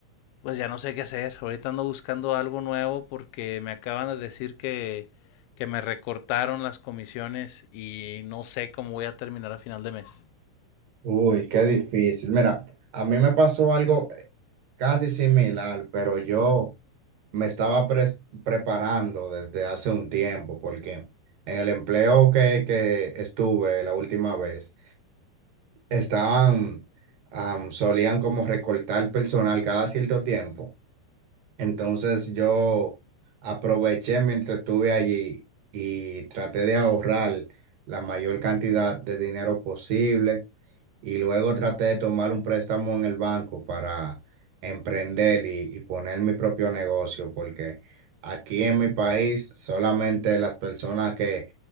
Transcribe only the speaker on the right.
Uy, qué difícil. Mira, a mí me pasó algo Casi similar, pero yo me estaba pres- preparando desde hace un tiempo porque en el empleo que, que estuve la última vez, estaban, am, solían como recortar personal cada cierto tiempo. Entonces yo aproveché mientras estuve allí y traté de ahorrar la mayor cantidad de dinero posible y luego traté de tomar un préstamo en el banco para emprender y, y poner mi propio negocio porque aquí en mi país solamente las personas que,